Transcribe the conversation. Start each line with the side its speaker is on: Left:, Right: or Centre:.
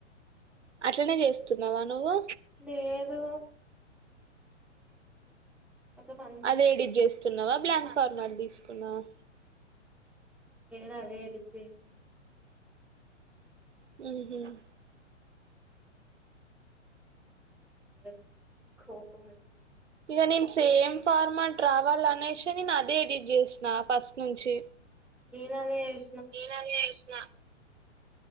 Right: అట్లనే చేస్తున్నావా నువ్వు
Centre: లేదు మొత్తం అంతా
Right: అదె
Centre: మిస్
Right: ఎడిట్ చేస్తున్నావా
Centre: మిస్ అయితాంది
Right: బ్లాంక్ కార్నర్ తీసుకున్నావా
Centre: నేను అదే ఎడిట్ జేశిన
Right: మ్మహ్
Centre: <unintelligible> కోపమొస్తుంది
Right: ఇగ నేన్ సేమ్ ఫార్మాట్ రావాల అనేశి నేను అదే ఎడిట్ చేసిన ఫస్ట్ నుంచి
Centre: నేను అదే ఎడి
Right: ఏన నా